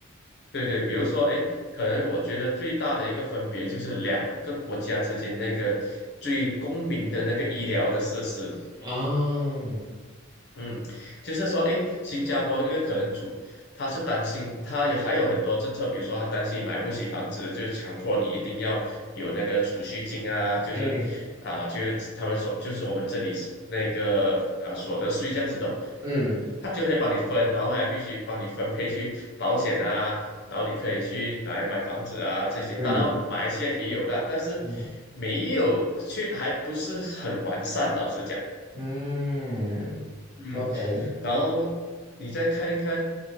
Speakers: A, on the left; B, on the right.
A: 对对，比如说，哎，可能我觉得最大的一个分别就是两个国家之间那个最公民的那个医疗的设施，
B: 啊，
A: 嗯，就是说，诶，新加坡因为可能主他是担心，他有还有很多政策，比如说他担心你买不起房子，就强迫你一定要有那个储蓄金啊，就是啊，
B: 嗯
A: 就是他们所就是我们这里是那个啊所得税这样子的，
B: 嗯
A: 他就会帮你分，然后还必须帮你分配去保险啊，然后你可以去拿来买房子啊这些，
B: 嗯
A: 当然马来西亚也有了，但是
B: 嗯
A: 没有去还不是很完善，老实讲，
B: 嗯，OK，
A: 嗯。然后你再看一看